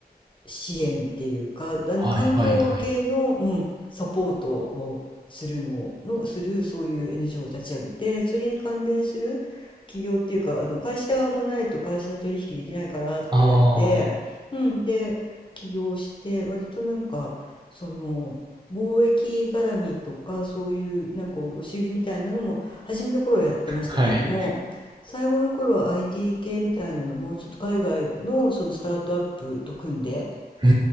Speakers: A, on the left (about 30°); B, on the right (about 25°).
A: 支援っていうか、あの環境系の、
B: はいはいはい。
A: うん、サポートをするのの、するそういう NGO を立ち上げて、それに関連する企業っていうか、あの会社もないと会社取引できないからって言われて、
B: ああ、
A: うん、で、起業して、割となんか、その、貿易絡みとかそういうなんか卸売みたいなのも初めの頃はやってましたけれども、
B: はい。
A: 最後の頃は IT 系みたいなのもちょっと海外のそのスタートアップと組んで、
B: うー